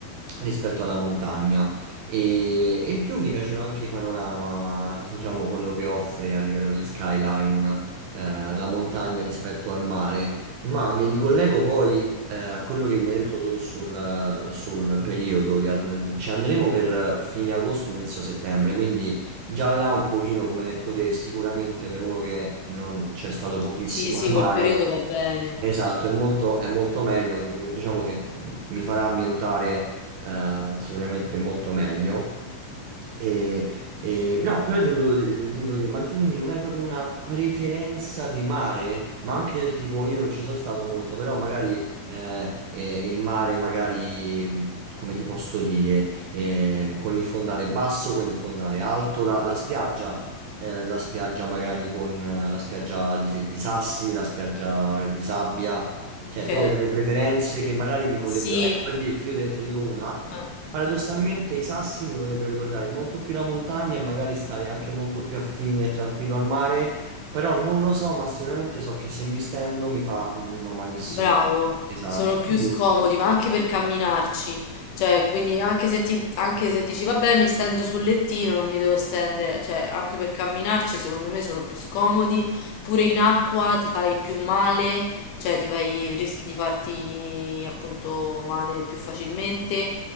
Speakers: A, on the right (about 75°); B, on the left (about 80°).
A: rispetto alla montagna. E, e in più mi piacciono anche i panorama, diciamo quello che offre a livello di skyline, eh, la montagna rispetto al mare. Ma mi ricollego poi, eh, a quello che mi hai detto tu sul, sul periodo. di and- ci andremo per fine agosto, inizio settembre, quindi. Già là un pochino, come hai detto te, sicuramente per uno che non c'è stato pochissimo
B: sì, sì,
A: al mare,
B: quel periodo va bene.
A: Esatto, è molto, è molto meglio, diciamo che mh, mi farà ambientare eh, sicuramente molto meglio. E, e- no, però ti volevo di- ti volevo dire, ma tu quindi non hai proprio una preferenza di mare, ma anche del tipo, io non ci sono stato molto, però magari eh, eh, il mare, magari, mh, come ti posso dire, eh, con il fondale basso, con il fondale alto, la, la spiaggia eh, la spiaggia magari con eh, la spiaggia di, di sassi, la spiaggia di sabbia, cioè
B: Ok?
A: tu hai delle preferenze che magari mi potrebbero,
B: Sì,
A: ecco per dirti, io te, te dico una,
B: Eh,
A: paradossalmente i sassi mi potrebbero ricordare molto più la montagna e magari stare anche molto più affine e tranquillo al mare, però non lo so, ma sicuramente so che se mi stendo mi fa mm, no, malissimo.
B: Bravo,
A: Esatto.
B: sono più
A: Quindi-
B: scomodi, ma anche per camminarci. Cioè, quindi anche se, ti, anche se dici, vabbè, mi stendo sul lettino, non mi devo stendere, cioè, anche per camminarci, secondo me sono più scomodi. Pure in acqua ti fai più male, cioè ti fai, rischi di farti appunto male più facilmente.